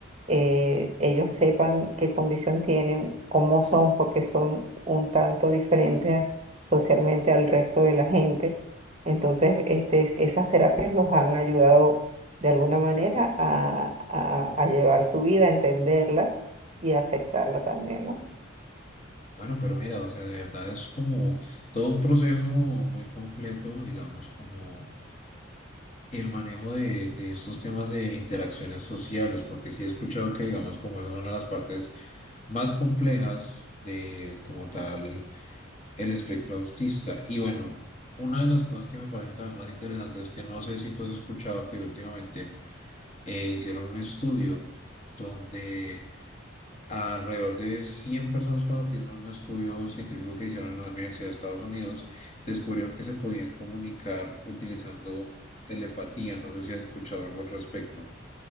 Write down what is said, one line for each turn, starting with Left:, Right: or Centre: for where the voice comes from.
Right: eh, ellos sepan qué condición tienen, cómo son, porque son un tanto diferentes socialmente al resto de la gente. Entonces, este, esas terapias los han ayudado de alguna manera a, a, a llevar su vida, a entenderla y a aceptarla también, ¿no?
Left: Bueno, pero mira, o sea, de verdad es como todo un proceso muy completo, digamos, como el manejo de, de estos temas de interacciones sociales, porque sí he escuchado que, digamos, como es una de las partes más complejas de, como tal, el espectro autista. Y bueno, una de las cosas que me parece también más interesante es que no sé si tú has escuchado que últimamente eh, hicieron un estudio donde Alrededor de 100 personas con autismo en un estudio científico que hicieron en una universidad de Estados Unidos descubrieron que se podían comunicar utilizando telepatía. No sé si has escuchado algo al respecto.